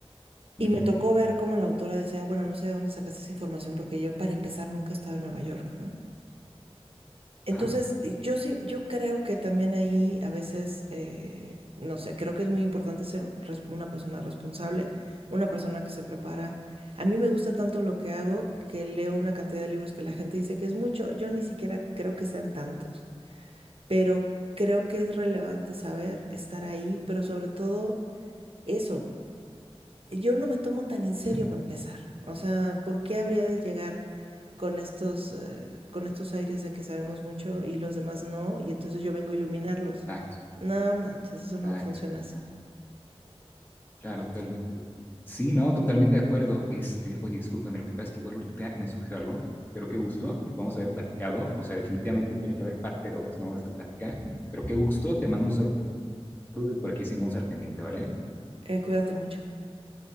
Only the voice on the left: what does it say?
ujú,
Ajá.
claro,
ujú,
Exacto,
exacto.
Claro, claro, totalmente. Sí, no, totalmente de acuerdo. Este, oye, discúlpame, lo que pasa es que igual ahorita me surgió algo, pero qué gusto que podamos haber platicado. O sea, definitivamente tiene que haber parte dos ¿no? De esta plática. Pero qué gusto, te mando un saludo y por aquí seguimos al pendiente, ¿vale?